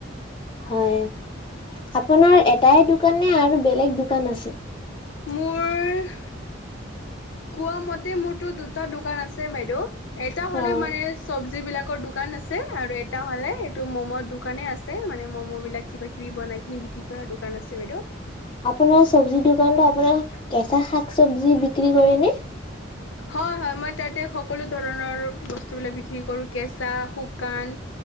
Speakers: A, on the left (about 25°); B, on the left (about 75°).
A: হয়, আপোনাৰ এটাই দোকান নে আৰু বেলেগ দোকান আছে?
B: মোৰ, কোৱা মতে মোৰতো দুটা দোকান আছে বাইদেউ। এটা
A: হয়।
B: হ'লে মানে চবজি বিলাকৰ দোকান আছ এ আৰু এটা হ'লে এইটো ম'ম' দোকানে আছে, মানে ম'ম' বিলাক কিবা কিবি বনাই কিনি বিক্ৰী- কৰা দোকান আছে বাইদেউ।
A: আপোনাৰ চব্জি দোকানতো আপোনাৰ কেঁচা শাক, চবজি বিক্ৰী কৰে নে?
B: হয় হয়। মই তাতে সকলো ধৰণৰ বস্তুবিলাক বিক্ৰী কৰোঁ। কেঁচা, শুকান।